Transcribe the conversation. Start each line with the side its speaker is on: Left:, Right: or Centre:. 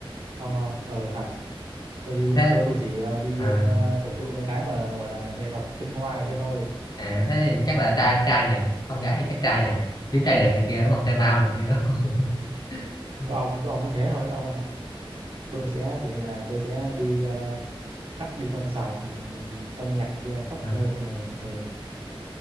Right: không không ờ thật tôi đi
Left: thế
Right: tôi tôi chỉ ờ, đi
Left: à,
Right: ờ, hưởng thụ mấy cái mà gọi là nghệ thuật tinh hoa này kia thôi
Left: à thế thì chắc là trai trai nhỉ không gái thì chắc trai nhỉ kiếm trai đẹp này kia đúng không trai mau này kia đúng không <laughs>
Right: có ông có ông mới thế thôi ông ạ tôi sẽ kiểu như là tôi sẽ đi ờ, khắp đi concert ừm, âm nhạc này kia khắp
Left: à,
Right: nơi xong rồi ừ.